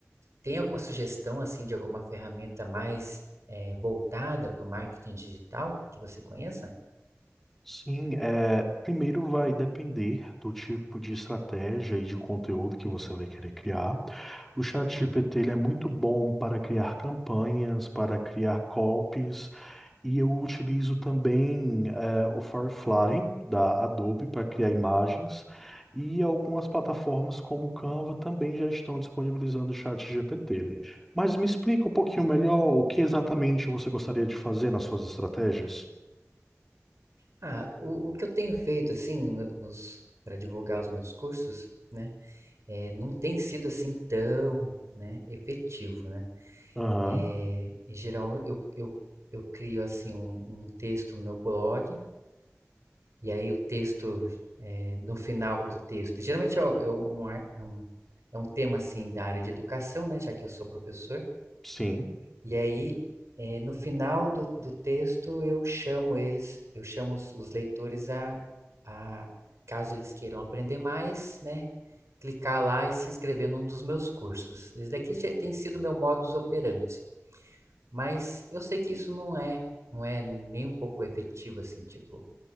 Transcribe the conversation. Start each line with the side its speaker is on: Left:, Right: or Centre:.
Right: tem alguma sugestão assim de alguma ferramenta mais eh, voltada para o marketing digital que você conheça?
Centre: Sim, é, primeiro vai depender do tipo de estratégia e de conteúdo que você vai querer criar. O ChatGPT
Right: Hum.
Centre: ele é muito bom para criar campanhas, para criar copies, E eu utilizo também eh, o Firefly da Adobe para criar imagens e algumas plataformas como o Canva também já estão disponibilizando o chat GPT. Mas me explica um pouquinho melhor o que exatamente você gostaria de fazer nas suas estratégias?
Right: Ah, o, o que eu tenho feito assim no meu- nos para divulgar os meus cursos, né, eh, não tem sido assim tão, né, efetivo, né?
Centre: Aham,
Right: Eh, em geral eu, eu, eu crio assim um, um texto no meu blog E aí o texto, eh, no final do texto, geralmente é é um, é um, é um tema assim da área de educação, né, já que eu sou professor.
Centre: sim.
Right: E aí, eh, no final do, do texto, eu chamo eles, eu chamo os, os leitores a, a, caso eles queiram aprender mais, né, clicar lá e se inscrever num dos meus cursos. Esse daqui já tem sido meu modus operandi, mas eu sei que isso não é, não é nem um pouco efetivo, assim, tipo,